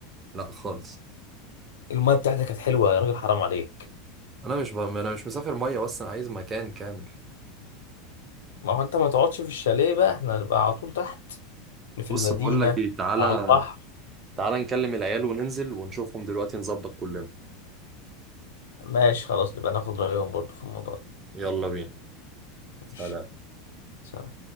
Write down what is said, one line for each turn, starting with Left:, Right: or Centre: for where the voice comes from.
Right: لا خالص
Left: المايه بتاعتك كانت حلوة يا راجل حرام عليك
Right: انا مش ب... انا مش مسافر مية بس انا عايز مكان كامل
Left: ما هو انت ما تقعدش في الشاليه بقى احنا هنبقى على طول تحت في
Right: بص
Left: المدينة
Right: بقول لك ايه تعالى
Left: على البحر
Right: تعالى نكلم العيال وننزل ونشوفهم دلوقتي نظبط كلنا
Left: ماشي خلاص نبقى ناخد رأيهم برضو في الموضوع ده
Right: يلا بينا سلام
Left: ماشي سلام.